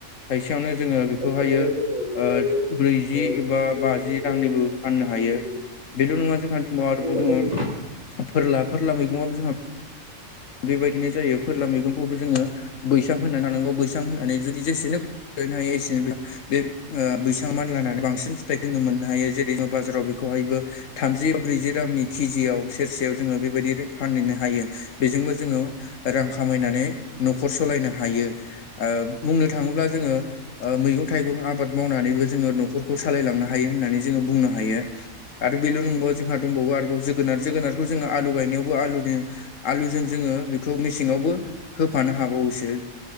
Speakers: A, on the left (about 80°); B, on the right (about 30°).
A: थायसेयावनो जोङो बेखौहायो
B: थाइसेयावनो
A: ओ
B: जोङो बेखौहायो
A: ब्रैजि
B: ओ
A: एबा
B: ब्रैजि
A: बाजि रांनिबो
B: एबा बाजि
A: फाननो हायो।
B: रांनि
A: बेल' नङा जोंहा दंबावो आरोबाव
B: फाननो
A: दङ फोरला फोरला मैगंआबो जोंहा बेबायदिनो जायो फोरला मैगंखौबो जोङो बैसां होनानै लानांगौ बैसां होननानै जुदि जेसेनो <unintelligible> हायो एसेनो बे ओ बैसां मान लानानै बांसिन फिथाइखौ मोननो हायो जेरैनो बाजाराव बेखौहायबो थामजियाव ब्रैजि रांनि केजियाव सेरसेयाव जोङो बेबायदि फानहैनो हायो। बेजोंबो जोङो रां खामायनानै न'खर सालायनो हायो। ओ बुंनो थाङोब्ला जोङो ओ मैगं थाइगं आबाद मावनानैबो जोङो न'खरखौ सालायलांनो हायो होननानै जोङो बुंनो हायो। आरो बेल' नंबावा जोंहा दंबावो आरोबाव जोगोनार जोगोनारखौ जोङो आलु गायनायावबो आलुजनि आलुजों जोङो बेखौ मेसेंआवबो होफानो हाबावोसो।